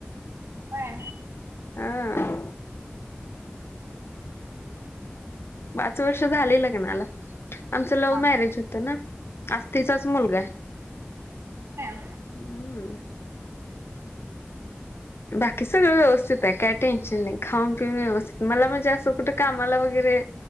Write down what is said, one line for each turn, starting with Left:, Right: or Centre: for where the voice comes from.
Right: काय
Left: हा पाच वर्ष झाली लग्नाला आमचं लव्ह
Right: हा
Left: मॅरेज
Right: हा
Left: होतं ना अत्तीचाच मुलगा आहे
Right: होय
Left: हम्म बाकी सगळं व्यवस्थित आहे काय टेन्शन नाही खाऊन पिऊन व्यवस्थित मला म्हणजे असं कुठं कामाला वगैरे